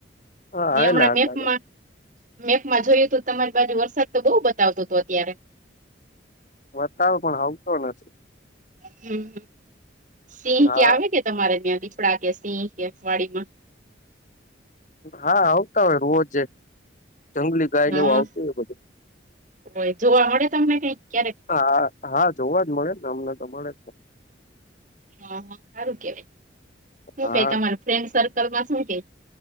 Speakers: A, on the left (about 40°); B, on the right (about 40°).
A: હા
B: મે
A: આવેલા
B: હમણાં
A: હતા
B: મેપમાં મેપમાં જોયું હતું તમારી બાજુ વરસાદ તો બહુ બતાવતો હતો અત્યારે
A: બતાવ પણ આવતો નથી.
B: હમ સિંહ
A: હા
B: કે આવે કે તમારે ત્યાં દીપડા કે સિંહ કે વાડીમા?
A: હા આવતા હોય રોજ જંગલી ગાય
B: હા
A: ને એવું આવતી હોય
B: હોય જોવા મળે તમને કઈક ક્યારે
A: હા હા હા જોવા જ મળે ને અમને મળે જને
B: હ હ હારું કેવાય હુ
A: હા
B: કે તમાર ફ્રેન્ડ સર્કલમાં શું કેય